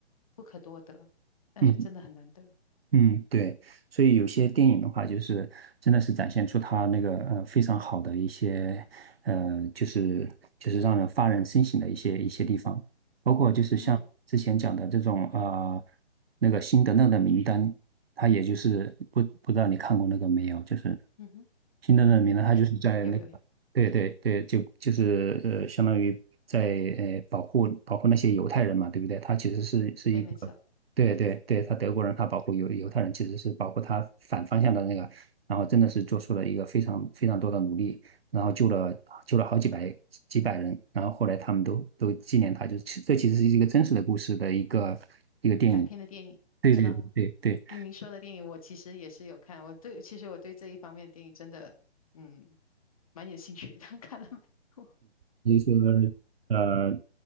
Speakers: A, on the left; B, on the right.
A: 不可多得，但是真的很难得。
B: 嗯。嗯，对，所以有些电影的话，就是真的是展现出它那个呃非常好的一些呃，就是就是让人发人深省的一些一些地方，包括就是像之前讲的这种呃
A: 嗯
B: 那个辛德勒的名单，它也就是不不知道你看过那个没有，就是
A: 嗯哼，
B: 辛德勒的名单，他就是在那个对对对，
A: 有有有有。
B: 就就是呃相当于在呃保护保护那些犹太人嘛，对不对？他其实是是一个。
A: 对，没错，
B: 对对对，他德国人，他保护犹犹太人，其实是保护他反方向的那个，然后真的是做出了一个非常非常多的努力，然后救了救了好几百几百人，然后后来他们都都纪念他，就是其这其实是一个真实的故事的一个一个电影。
A: 改编的电影我知道。
B: 对对对对对，
A: 您说的电影我其实也是有看，我对，其实我对这一方面的电影真的，嗯，蛮有兴趣的，<laughs> 看了蛮多。
B: 比如说呃，